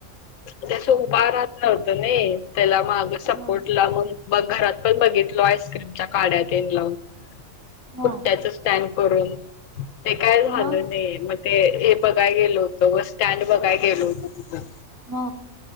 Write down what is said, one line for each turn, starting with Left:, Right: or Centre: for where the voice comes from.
Left: ते अस उभा राहत नव्हतं ना त्याला माग सपोर्ट
Right: हा
Left: लावून मग घरात पण बघितलो आस्क्रीमच्या काड्या तेन लावून
Right: हा
Left: पुट्याच स्टॅड करून ते काय झाल
Right: मग
Left: नही म ते हे बघाय गेल होतं व स्टँड बघाय गेलो होतो तिथं
Right: हा